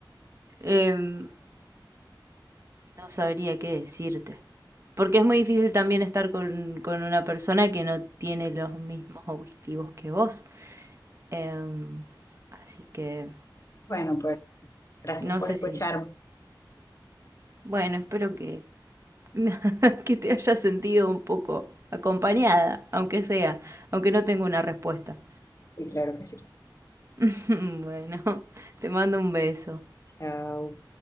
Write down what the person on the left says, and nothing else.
Bueno, pues gracias
por
escucharme.
Y claro que sí.
Chao.